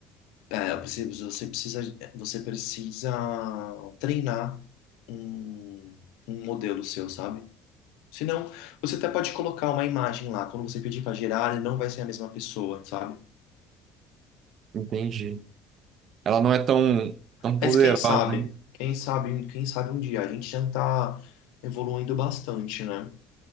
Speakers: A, on the left; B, on the right.
A: é, você você precisa, você precisa treinar um, um modelo seu, sabe? Senão, você até pode colocar uma imagem lá. Quando você pedir para gerar, ele não vai ser a mesma pessoa, sabe?
B: Entendi. Ela não é tão, tão poderosa,
A: Mas quem sabe?
B: hein?
A: Quem sabe, quem sabe um dia. A gente já tá evoluindo bastante, né?